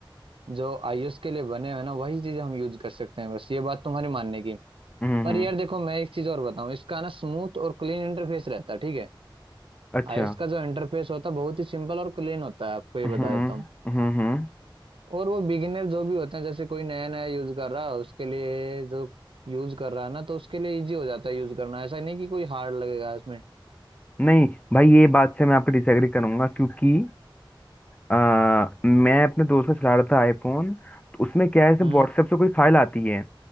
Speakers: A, on the right; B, on the left.
A: जो iOS के लिए बने हुए हैं ना वही चीज हम यूज कर सकते हैं बस ये बात तुम्हारी मानने की
B: हम्म
A: पर
B: हम्म,
A: यार देखो मैं एक चीज और बताऊं इसका ना स्मूथ और क्लीन इंटरफेस रहता है ठीक है
B: अच्छा
A: iOS का जो इंटरफेस होता है बहुत ही सिंपल और क्लीन होता है आपको ये
B: हम्म
A: बता देता हूँ
B: हम्म हम्म
A: और वो बिगिनर जो भी होते हैं जैसे कोई नया नया यूज कर रहा है उसके लिए जो यूज कर रहा है ना तो उसके लिए इजी हो जाता है यूज करना ऐसा नहीं कि कोई हार्ड लगेगा इसमें
B: नहीं भाई ये बात से मैं आपको डिसएग्री करूंगा क्योंकि आ, मैं अपने दोस्त से चला रहा था आईफोन तो उसमें क्या है जैसे
A: हम्म
B: व्हाट्सएप से कोई फाइल आती है